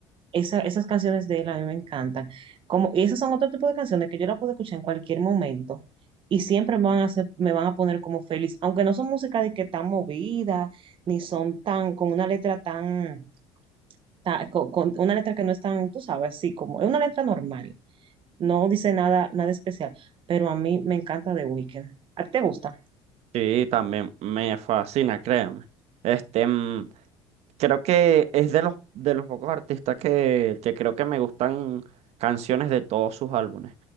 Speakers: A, on the right; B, on the right.
A: Esa- esas canciones de él a mí me encantan. Como, y esas son otro tipo de canciones que yo la puedo escuchar en cualquier momento y siempre me van a hacer, me van a poner como feliz, aunque no son música de que tan movida, ni son tan, con una letra tan, ta- co- con, una letra que no es tan, tú sabes, así como, es una letra normal, no dice nada, nada especial, pero a mí me encanta The Weeknd. ¿A ti te gusta?
B: Sí, también me fascina, créanme. Este, mm, Creo que es de los, de los pocos artistas que, que creo que me gustan canciones de todos sus álbumes.